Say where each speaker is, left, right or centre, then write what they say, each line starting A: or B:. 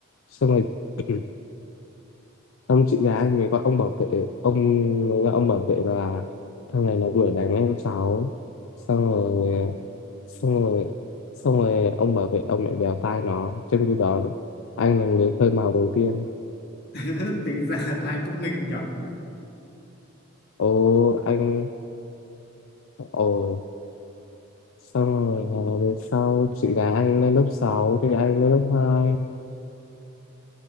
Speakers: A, on the left; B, on the left.
A: xong rồi <clears throat> ông chị gái anh mới gọi ông bảo vệ ông mới gọi ông bảo vệ là thằng này nó đuổi đánh anh cháu xong rồi xong rồi xong rồi ông bảo vệ ông lại bèo tai nó trong khi đó anh là người khơi mào đầu tiên
B: <laughs> tính ra là anh cũng nghịch nhở.
A: ô anh ồ xong rồi ờ, về sau chị gái anh lên lớp 6 thì anh lên lớp hai